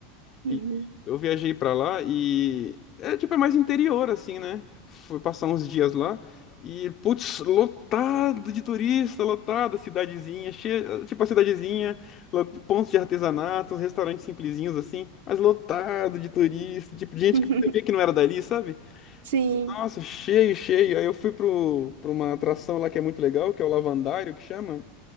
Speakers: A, on the left; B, on the right.
A: E
B: Uhum.
A: eu viajei pra lá e é tipo é mais interior assim, né? Fui passar uns dias lá e putz, lotado de turista, lotado, cidadezinha, cheia, tipo a cidadezinha, lo- pontos de artesanato, uns restaurantes simplesinhos assim, mas lotado de turista, tipo de gente
B: <laughs>
A: que você via que não era dali, sabe?
B: Sim.
A: Nossa, cheio, cheio. Aí eu fui pro, pra uma atração lá que é muito legal, que é o Lavandário que chama